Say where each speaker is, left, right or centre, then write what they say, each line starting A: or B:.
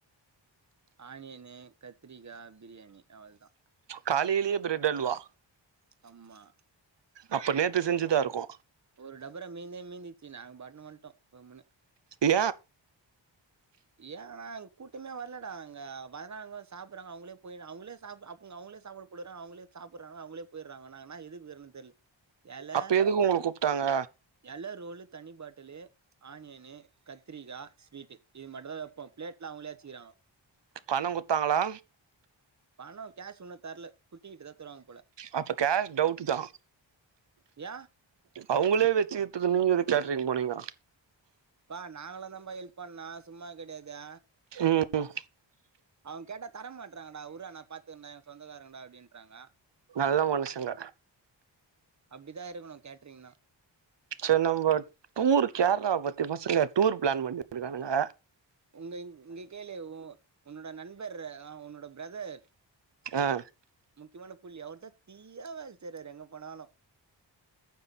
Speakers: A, on the right; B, on the right.
A: ஆனியனு கத்திரிக்கா பிரியாணி அவள் தா
B: காலேலியே பிரெட் அல்வா
A: ஆமா
B: அப்ப நேத்து செஞ்சதாருக்கு
A: ஒரு டபரா மீந்தே மீந்திச்சி நாங் பாட்டுனு வன்ட்டோ கம்முனு
B: ஏ
A: ஏனா அங் கூட்டமே வரலடா அங்க வர்றாங்க சாப்பறாங்க அவுங்களே போயி அவுங்களே சாப் அப் அவுங் அவுங்களே சாப்பாடு போடுற அவுங்களே சாப்பறாங்க அவுங்களே போய்றாங்க நாங்கனா எதுக்கு போயிருந்தே தெர்ல எல
B: அப்ப எதுக்கு உங்கள கூப்ட்டாங்க
A: எல ரோலு தனி பாட்டலு ஆனியனு கத்திரிகா ஸ்வீட் இது மட்டு தா வப்போ பிளேட்லா அவுங்களே வச்சிக்கிறாங்கோ
B: பணோ குட்த்தாங்களா
A: பணோ கேஷ் உன்னு தரல குட்டிக்கிட்ட தா தருவாங்க போல
B: அப்ப கேஷ் டவுட்டு தா
A: ஏன்
B: அவுங்களே வெச்சி தாத்தா நீங்க எது கேட்ரிங் போனீங்னா
A: பா நாங்கல்லா தா பா ஹெல்ப் பண்ணோ சும்மா கெடையாதே
B: ம் ம்
A: அவுங் கேட்டா தர மாட்றாங்கடா உரா நா பாத்துக்ரண்டா எ சொந்தக்காரங்கடா அப்டின்றாங்க
B: நல்ல மனுஷங்க
A: அப்டி தா இருக்குனு கேட்ரிங்னா
B: செர் நம்ப டூர் கேரளாவ பத்தி பசங்க டூர் பிளான் பண்ணிட்ருக்கானுங்க
A: உங்க இங்க கேளு ஒ உன்னோட நண்பர் அ ஒன்னோட பிரதர்
B: ஆ
A: முக்கியமான புள்ளி அவர் தா தீயா வேல செய்றாரு எங்க போனாலு